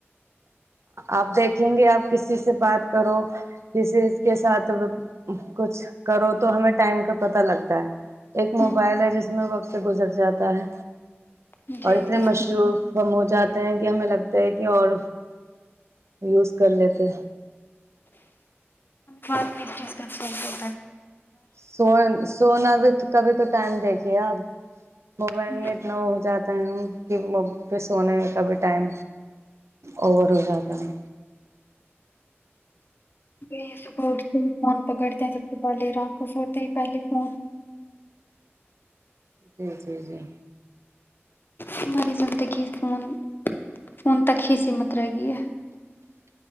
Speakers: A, on the right; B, on the left.
A: آپ دیکھیں گے آپ کسی سے بات کرو کسی کے ساتھ کچھ کرو تو ٹائم کا پتا لگتا ہے ایک
B: ہوں،
A: موبائل ہے جس میں سے گزر جاتا ہے
B: جی
A: اور اتنے
B: صحیح
A: مشروف ہم ہو جاتے کہ ہمیں لگتا ہے کہ اور یوز کر لیتے
B: بات میں ا فتا
A: سو سونا بھی کبھی تو ٹائم دیکھ کیایا موبائل
B: وقت
A: میں اتنا وہ ہو جاتا کہ وہ پھر سونے کا بھی ٹائم اوور ہو جاتا ہے
B: وہ صبح اٹھتے فون پکڑتے ہیں سب سے پہلے راکش ہوتے ہی پہلے فون
A: جی جی جی
B: ہماری زندگی فون فون تک ہی سمت رہ گئی ہے